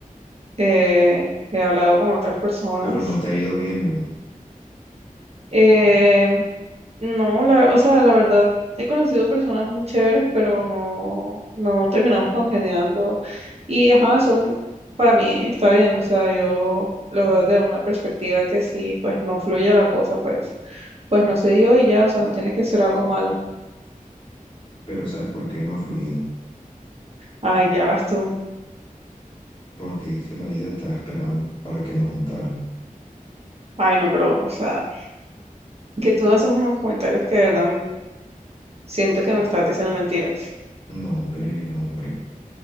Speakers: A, on the right (about 45°); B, on the left (about 35°).
A: Eh, he hablado con otras personas
B: pero no te ha ido bien, ¿verdad?
A: Eh, no, la, o sea, la verdad, he conocido personas muy chéveres, pero no, no terminamos congeniando. Y ajá, son, para mí está bien, o sea, yo lo veo desde una perspectiva que si pues no fluye la cosa, pues, pues no se dio y ya, o sea, no tiene que ser algo malo.
B: Pero ¿sabes por qué no ha fluido?
A: Ay, ya vas tú.
B: Porque es que la vida estaba esperando para que nos juntaran.
A: Ay, no, pero, o sea, que tú haces unos comentarios que de verdad m- siento que me estás diciendo mentiras.
B: No, hombre, no, hombre.